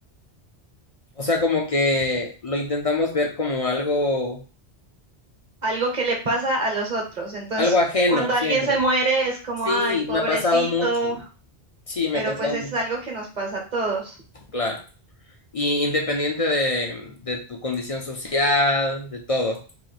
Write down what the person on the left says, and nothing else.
O sea, como que lo intentamos ver como algo,
algo ajeno
siempre.
Sí,
me ha pasado mucho. Sí, me
ha pasado
mucho,
claro. Y independiente de, de tu condición social, de todo.